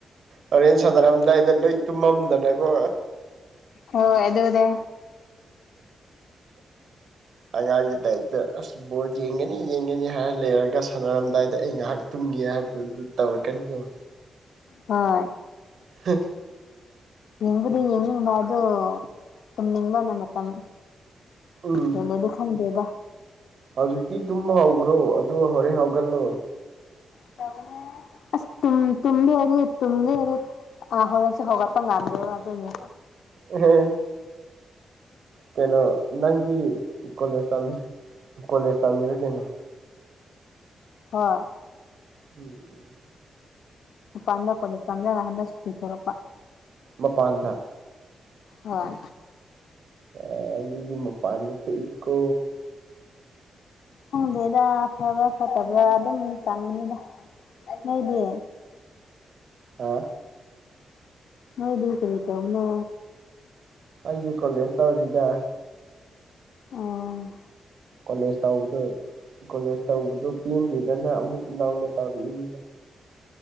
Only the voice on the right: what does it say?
ꯍꯣꯔꯦꯟ ꯁꯥꯟꯅꯔꯝꯗꯥꯏꯗ ꯂꯣꯏ ꯇꯨꯝꯃꯝꯗꯅꯀꯣ
ꯑꯉꯥꯡꯒꯤ ꯇꯥꯏꯞꯇ ꯐꯕꯣꯜ ꯌꯦꯡꯒꯅꯤ ꯌꯦꯡꯒꯅꯤ ꯍꯥꯏꯔ ꯂꯩꯔꯒ ꯁꯥꯟꯅꯔꯝꯗꯥꯏꯗ ꯑꯩ ꯉꯥꯏꯍꯥꯛ ꯇꯨꯝꯒꯦ ꯍꯥꯏꯕꯗꯨ ꯑꯗꯨ ꯇꯧꯔꯛꯀꯅꯤꯕ
ꯍ
ꯎꯝ
ꯍꯧꯖꯤꯛꯇꯤ ꯇꯨꯝꯕ ꯍꯧꯈ꯭ꯔꯣ ꯑꯗꯣ ꯍꯣꯔꯦꯟ ꯍꯥꯎꯒꯜꯂꯣ
ꯏꯍꯦ ꯀꯩꯅꯣ ꯅꯪꯗꯤ ꯀꯣꯂꯦꯖ ꯀꯣꯂꯦꯖ ꯇꯝꯕꯤꯔ ꯀꯩꯅꯣ
ꯎꯝ
ꯃꯄꯥꯟꯗ
ꯑꯦ ꯅꯣꯏꯗꯤ ꯃꯄꯥꯟꯗ ꯊꯣꯛ ꯏꯀꯣ
ꯍꯥ
ꯑꯩꯗꯤ ꯀꯣꯂꯦꯖ ꯇꯧꯔꯤꯗ
ꯀꯣꯂꯦꯖ ꯇꯧꯕꯗꯣ ꯀꯣꯂꯦꯖ ꯇꯧꯕꯗꯨꯣ ꯄꯦꯟꯗꯗꯅ ꯑꯃꯨꯛ ꯅꯧꯅ ꯇꯧꯔꯛꯏꯅꯤ